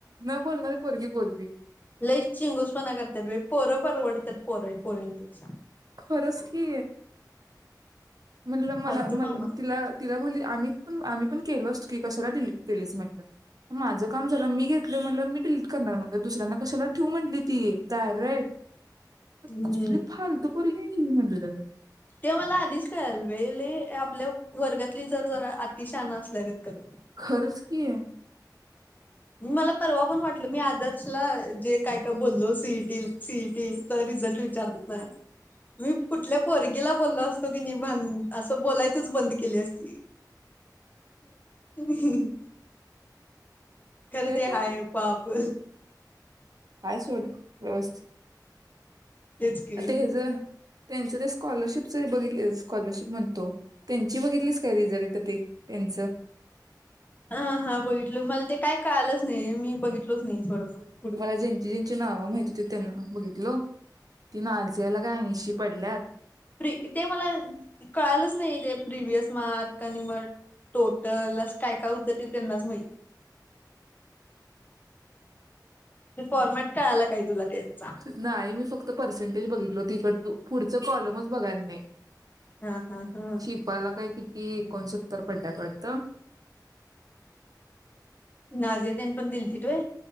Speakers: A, on the right; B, on the left.
A: न बोलणारी पोरगी बोलली.
B: ल ई चिंगुस पना करतेर पोरं परवडतयात. पोरं पोरीन पेक्षा.
A: खरच कि. म्हणलं मला
B: फालतू
A: म
B: काम
A: तिला तिला बोलली आम्ही. पण आम्ही पण केलो असतो की कशाला डिलीट केलीच म्हणलं माझं काम झालं मी घेतलं म्हटलं मी डिलीट करणार म्हणलं दुसऱ्यांना कशाला ठेव म्हटली ती डायरेक्ट.
B: हम्म
A: कसली फालतू पोरी. ते म्हणललं.
B: ते मला आधीच का अल्वेले आपल्या वर्गातली जर जरा अतिशान असल्या ग करत.
A: खर्च कि आहे.
B: म मला परवा पण वाटल मी आदर्शला जे काय काय बोललो सीईटी सीईटीचा रिझल्ट विचारत. मी कुठल्या पोरगीला. बोलल असतो कि नि भ असं बोलायचच बंद केली असती हम् खरं
A: हे
B: ते हाय पाप
A: आयसोड व्यवस्थित
B: तेच की
A: ते ज त्यांचं ते स्कॉलरशिप जरी बघित स्कॉलरशिप म्हणतो त्यांची बघितलीच काय रिझल्ट ते त्यांच
B: हा हा बघितल मला ते काय कळालंच नाही मी बघितलच नाही थोडं पुढे
A: मला ज्यांची ज्यांंची नाव हो माहित ते त्यांना बघितलं ती नाजी आला काय अशी पडल्यात
B: प्र ते मला कळालच नाही ते प्रिव्हयस मार्क आणि मग टोटल अस काय काय होतं ते त्यांनाच माहि ते फॉर्मॅट कळाला काय तुला त्यांचा
A: नाही मी फक्त पर्सेंटेज बघितल हो त इकड तू पुढचं कॉलमच बघाय येत नाही
B: हा हा हा
A: शिफा ला काय किती एकोणसत्तर पडल्यात वाटत
B: नाझीया न पण दिल ती होय